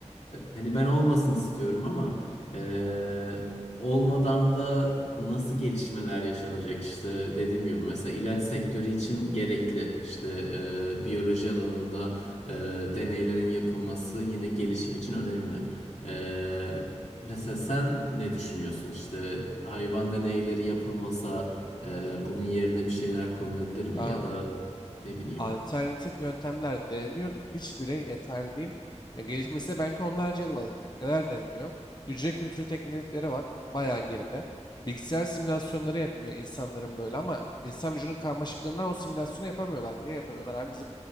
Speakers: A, on the left; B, on the left.
A: hani ben olmasın istiyorum ama. Ee, olmadan da nasıl gelişmeler yaşanacak işte dediğim gibi mesela ilaç sektörü için gerekli işte e, biyoloji alanında e, deneylerin yapılması yine gelişim için önemli. Ee, mesela sen ne düşünüyorsun işte hayvan deneyleri yapılmasa e, bunun yerine bir şeyler konulabilir mi
B: Abi.
A: ya da ne bileyim.
B: Alternatif yöntemler deneniyor da hiçbiri yeterli değil. Ya gelişmesi de belki onlarca yıl alacak. Neler deniliyor? Hücre kültürü teknikleri var. Bayağı geride. Bilgisayar simülasyonları yapılıyor insanların böyle ama insan vücudunun karmaşıklığından o simülasyonu yapamıyorlar. Niye yapamıyorlar? Abi bizim